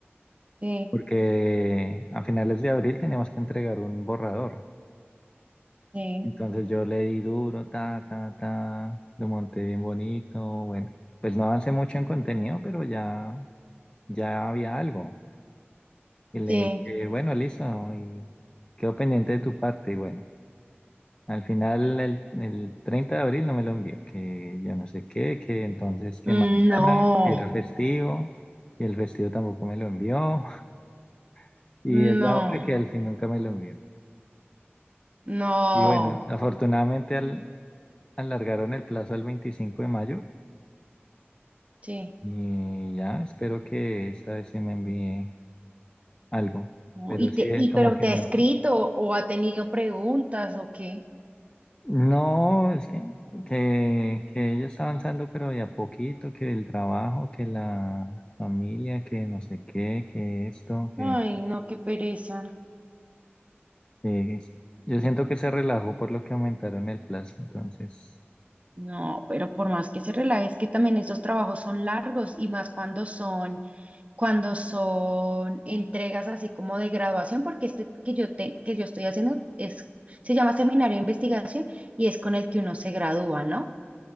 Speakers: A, on the right; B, on the left.
A: Sí,
B: porque a finales de abril tenemos que entregar un borrador
A: sí,
B: Entonces yo le di duro, ta, ta, ta, lo monté bien bonito, bueno, pues no avancé mucho en contenido, pero ya, ya había algo. Y le
A: sí.
B: dije, bueno, listo, ¿no? y quedó pendiente de tu parte, y bueno, al final el, el 30 de abril no me lo envió, que yo no sé qué, que entonces que
A: Mm,
B: mañana,
A: No,
B: que era festivo, y el festivo tampoco me lo envió, <laughs> y
A: no,
B: es la hora que al fin nunca me lo envió.
A: no.
B: Y bueno, afortunadamente al, alargaron el plazo al 25 de mayo
A: Sí.
B: Y ya, espero que esta vez se me envíe algo.
A: no.
B: Pero
A: Y
B: sí,
A: te,
B: eh,
A: y
B: como
A: pero
B: que
A: te
B: no.
A: ha escrito o ha tenido preguntas o qué.
B: No, es que, que, que ella está avanzando, pero de a poquito, que el trabajo, que la familia, que no sé qué, que esto, que,
A: Ay, no, qué pereza.
B: que- es- yo siento que se relajó por lo que aumentaron el plazo, entonces,
A: No, pero por más que se relaje, es que también estos trabajos son largos y más cuando son, cuando son entregas así como de graduación, porque este que yo te, que yo estoy haciendo es, se llama seminario de investigación y es con el que uno se gradúa, ¿no?